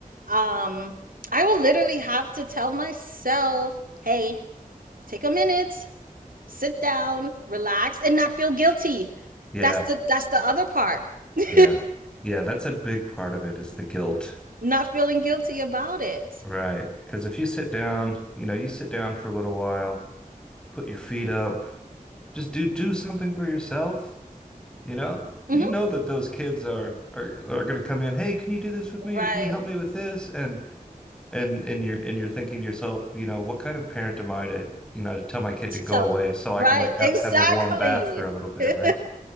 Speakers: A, on the right (about 80°); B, in the centre.
A: Um, I will literally have to tell myself, hey, take a minute, sit down, relax, and not feel guilty.
B: Yeah,
A: That's the that's the other part. <laughs>
B: yeah, yeah. That's a big part of it is the guilt,
A: not feeling guilty about it.
B: right? Because if you sit down, you know, you sit down for a little while, put your feet up, just do do something for yourself. You know,
A: Mhm.
B: you know that those kids are are are going to come in, "Hey, can you do this with me
A: Right.
B: or can you help me with this?" and and and you're and you're thinking to yourself, you know, what kind of parent am I to, you know, to tell my kid
A: So,
B: to go away so
A: right,
B: I can like have
A: exactly.
B: have a warm bath for a little bit,
A: <laughs>
B: right?